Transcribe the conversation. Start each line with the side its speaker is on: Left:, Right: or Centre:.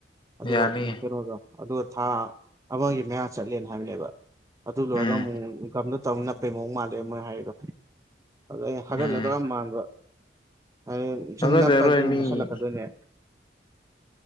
Right: ꯑꯗꯨꯒ
Left: ꯌꯥꯅꯤ
Right: ꯎꯝ ꯀꯩꯅꯣꯗꯣ ꯑꯗꯣ ꯊꯥ ꯑꯃꯒꯤ ꯃꯌꯥ ꯆꯠꯂꯦꯅ ꯍꯥꯏꯕꯅꯦꯕ ꯑꯗꯨ ꯂꯣꯏꯔꯒ
Left: ꯎꯝ
Right: ꯑꯃꯨꯛꯃꯨꯛ ꯒꯝꯗꯣ ꯇꯧ ꯅꯞꯄꯩ ꯃꯑꯣꯡ ꯃꯥꯜꯂꯦꯕ ꯃꯣꯏ ꯍꯥꯏꯔꯤꯗꯣ ꯑꯗꯣ ꯑꯩꯅ ꯍꯥꯒꯠꯆꯗꯧ
Left: ꯎꯝ
Right: ꯌꯥꯝ ꯃꯥꯟꯕ ꯍꯥꯔꯦꯟ
Left: ꯍꯥꯒꯠꯆꯔꯣꯏ
Right: ꯁꯨꯝ ꯅꯥꯞꯄꯁꯤ ꯑꯗꯨꯨꯝ
Left: ꯃꯤ
Right: ꯃꯁꯜꯂꯛꯀꯗꯣꯏꯅꯦ